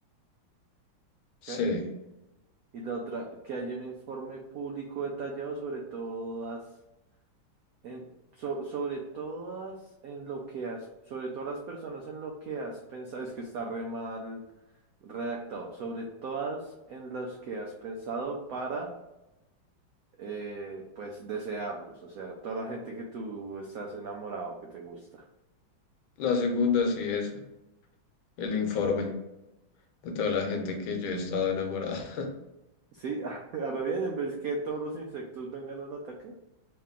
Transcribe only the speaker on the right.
¿qué?
Y la otra, que haya un informe público detallado sobre todas, en, so- sobre todas en lo que has, sobre todas las personas en lo que has pensado, es que está re mal redactado, sobre todas en las que has pensado para eh, pues desearlos, o sea, toda la gente que tú estás enamorado, que te gusta.
Sí, <laughs> a lo bien, en vez que todos los insectos vengan al ataque,